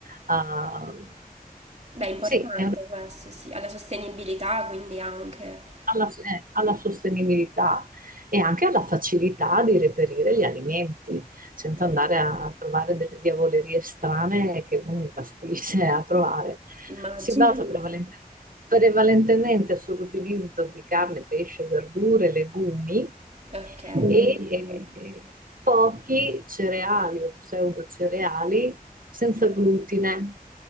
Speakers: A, on the right; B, on the right.
A: a-
B: Beh, è importante
A: sì, è una
B: questo, sì, alla sostenibilità quindi anche.
A: alla eh, alla sostenibilità e anche alla facilità di reperire gli alimenti, senza
B: Ok.
A: andare a a trovare delle diavolerie strane che uno impastisce a trovare.
B: Immagino.
A: Si basa
B: <laughs>
A: prevalente- prevalentemente sull'utilizzo di carne, pesce, verdure, legumi
B: Ok,
A: Mm. e eh, pochi cereali o pseudocereali senza glutine,